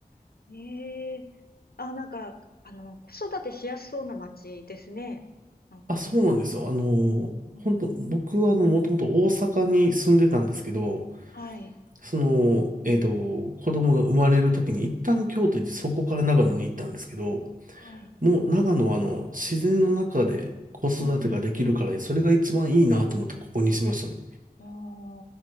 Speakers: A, on the left; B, on the right.
A: ええあ、なんか、あの、子育てしやすそうな街ですね。なんかね。
B: あ、そうなんですよ。あの、
A: うんうん
B: 本当僕はあの、もともと大阪に住んでたんですけど、
A: はい、
B: その、えっと、子供が生まれる時に一旦京都行って、そこから長野に行ったんですけど、
A: はい。
B: もう長野はあの、自然の中で子育てができるから、
A: うーん。
B: それが一番いいなと思ってここにしましたね。
A: あ